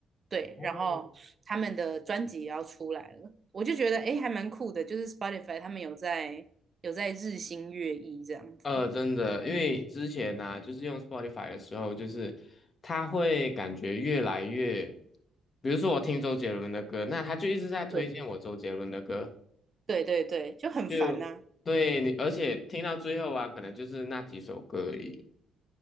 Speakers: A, on the right; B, on the left.
A: 对，
B: 哦，
A: 然后他们的专辑也要出来了，我就觉得诶还蛮酷的，就是 Spotify 他们有在有在日新月异这样子，
B: 呃，真的，因为之前呢、就是用 Spotify 的时候，就是它会感觉越来越，比如说我听周杰伦的歌，那他就一直在推荐我周杰伦的歌。
A: 对。对对对，就很烦呐、
B: 就对你，
A: 啊。
B: 而且听到最后啊，可能就是那几首歌而已